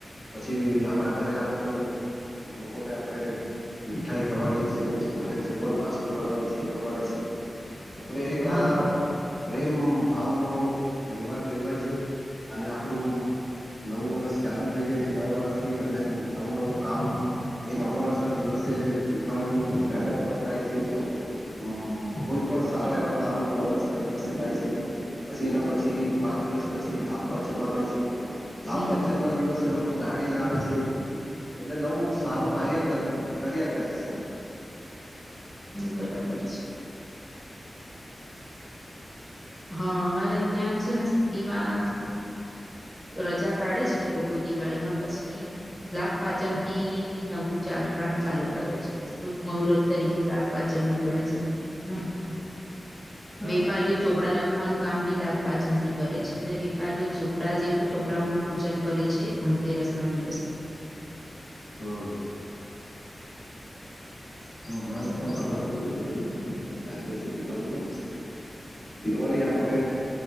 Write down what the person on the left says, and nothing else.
પછી ઘરે આવે તો લોકોને આપણે મીઠાઈ ખવાડીએ છીએ. પછી ઘરે જે પણ નાસ્તો બનાવે છે, ખવાડે છે. તે કા
પ્રેમ ભાવનો તહેવાર કહેવાય છે અને આપણું નવું વર્ષ ચાલુ થઇ જાય છે. નવા વર્ષથી અને નવું નવું કામ એ નવા વર્ષના દિવસે દુકાનોનું ઉદ્ઘાટન પણ થાય છે. હમ. કોઈ પણ સારા એવા કામ નવા વર્ષના દિવસે થાય છે. પછી, એના પછી પાંચ દિવસ, પછી લાભ પાંચમ આવે છે. લાભ
પાંચમના દિવસે લોકો ગાડી લાવે છે. એટલે નવું સારું કાર્ય કર્યા કરે છે એમ.
હા
હા
હમ. તો અમારે પણ તમારે જેવું જ બધું ચાલે છે. દિવાળીમાં દિવાળી આપણે